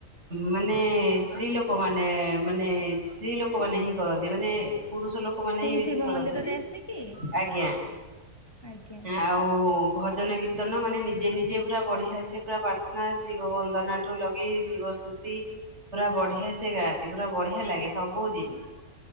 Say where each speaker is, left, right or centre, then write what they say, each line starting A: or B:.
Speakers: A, on the right; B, on the left.
A: ମାନେ ସ୍ତ୍ରୀ ଲୋକମାନେ ମାନେ ସ୍ତ୍ରୀ ଲୋକ ମାନେ ହିଁ କରନ୍ତି ମାନେ ପୁରୁଷ ଲୋକ। ଲୋକମାନେ
B: ସେଇ
A: ହିଁ ବେଶୀ
B: ଶିବ
A: କରନ୍ତିନି
B: ମନ୍ଦିରରେ ଆସିକି
A: ଆଜ୍ଞା
B: ଆଜ୍ଞା
A: ଆଉ ଓ, ଭଜନ କୀର୍ତ୍ତନ ମାନେ ନିଜେ ନିଜେ ପୁରା ବଢିଆ ସେ ପୁରା ପ୍ରାର୍ଥନା, ଶିବ ବନ୍ଦନା ଠୁ ଲଗେଇ ଶିବ ସ୍ତୁତି ପୁରା ବଢିଆ ସେ ଗା ଥି ପୁରା ବଢିଆ ଲାଗେ ସବୁଦିନ।